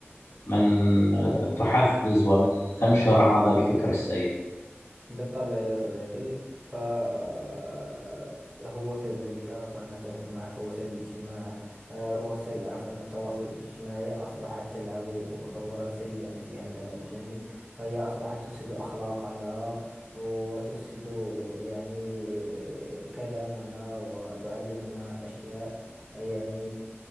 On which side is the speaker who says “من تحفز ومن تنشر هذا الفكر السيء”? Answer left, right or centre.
Left